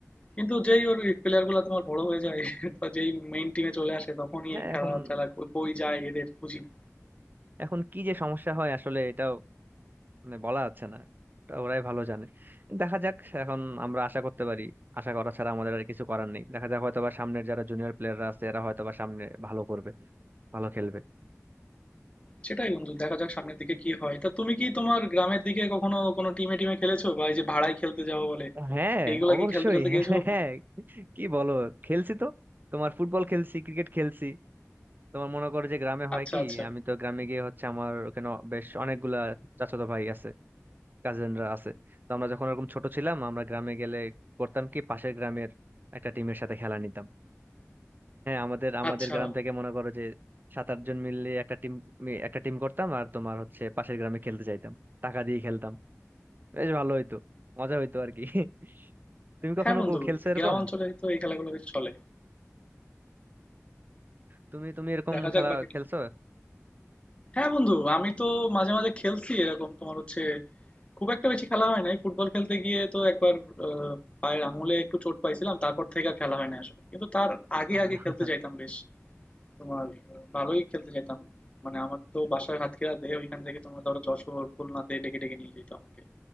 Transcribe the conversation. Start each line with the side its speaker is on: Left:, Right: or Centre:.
Left: কিন্তু যেই ওর প্লেয়ার গুলা তোমার বড় হয়ে যায় তো যেই মেইন টিমে চলে আসে তখনই
Right: হ্যাঁ
Left: খেলা
Right: এখন
Left: টেলা কই কই যায় এদের বুঝি না
Right: এখন কি যে সমস্যা হয় আসলে এটাও মানে বলা যাচ্ছে না এটা ওরাই ভালো জানে দেখা যাক এখন আমরা আশা করতে পারি আশা করা ছাড়া আমাদের আর কিছু করার নেই দেখা যাক হয়তোবা সামনের যারা জুনিয়র প্লেয়াররা আছে এরা হয়তোবা সামনে ভালো করবে ভালো খেলবে
Left: সেটাই বন্ধু দেখা যাক সামনের দিকে কি হয় তা তুমি কি তোমার গ্রামের দিকে কখনো কোনো টিমে টিমে খেলেছো বা এই যে ভাড়ায় খেলতে যাও বলে
Right: হ্যাঁ
Left: এইগুলা
Right: অবশ্যই
Left: কি খেলতে খেলতে
Right: হ্যাঁ
Left: গিয়েছো
Right: হ্যাঁ,
Left: কখনো
Right: হ্যাঁ। কি বলো খেলছি তো তোমার ফুটবল খেলছি ক্রিকেট খেলছি তোমার মনে করো যে গ্রামে হয়
Left: আচ্ছা
Right: কি
Left: আচ্ছা
Right: আমি তো গ্রামে গিয়ে হচ্ছে আমার ওখানে বেশ অনেকগুলা চাচাতো ভাই আছে কাজিনরা আছে তো আমরা যখন এরকম ছোট ছিলাম আমরা গ্রামে গেলে করতাম কি পাশের গ্রামের একটা টিমের সাথে খেলা নিতাম হ্যাঁ আমাদের আমাদের
Left: আচ্ছা
Right: গ্রাম থেকে মনে করো যে সাত আট জন মিলে একটা টিম একটা টিম করতাম আর তোমার হচ্ছে পাশের গ্রামে খেলতে যাইতাম টাকা দিয়ে খেলতাম বেশ ভালো হইতো মজা হইতো আর কি <laughs> তুমি কখনো
Left: হ্যাঁ বন্ধু
Right: কো- খেলছো এরকম
Left: গ্রাম অঞ্চলে তো এই খেলাগুলো বেশ চলে
Right: তুমি তুমি এরকম
Left: দেখা
Right: খেলা
Left: যাক বাকিটা
Right: খেলছো <laughs>
Left: হ্যাঁ বন্ধু আমি তো মাঝে মাঝে খেলছি এরকম তোমার হচ্ছে খুব একটা বেশি খেলা হয় নাই ফুটবল খেলতে গিয়ে তো একবার আহ, পায়ের আঙুলে একটু চোট পাইছিলাম তারপর থেকে আর খেলা হয় না আসলে কিন্তু তার আগে
Right: আহ,
Left: আগে খেলতে যাইতাম বেশ তোমার আহ, ভালোই খেলতে যাইতাম মানে আমার তো বাসার হাতখেরাতে ওইখান থেকে তোমার ধরো যশোর খুলনাতে ডেকে ডেকে নিয়ে যেত আমাকে